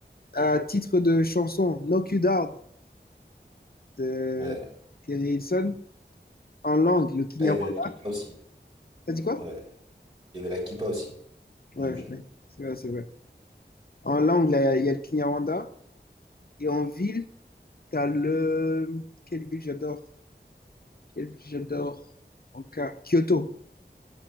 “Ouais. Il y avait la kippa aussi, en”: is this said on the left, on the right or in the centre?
Right